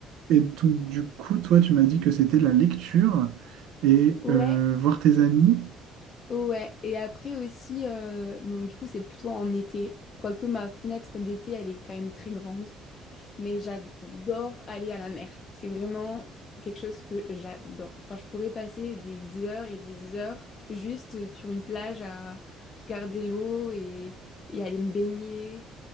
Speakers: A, on the right (about 80°); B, on the left (about 35°).
A: et donc du coup, toi, tu m'as dit que c'était la lecture et
B: Ouais,
A: euh, voir tes amis.
B: ouais. Et après aussi, euh, bon, du coup, c'est plutôt en été. Quoique ma fenêtre d'été, elle est quand même très grande. mais j'adore aller à la mer. C'est vraiment quelque chose que j'adore. Enfin, je pourrais passer des heures et des heures juste sur une plage à regarder l'eau et, et aller me baigner.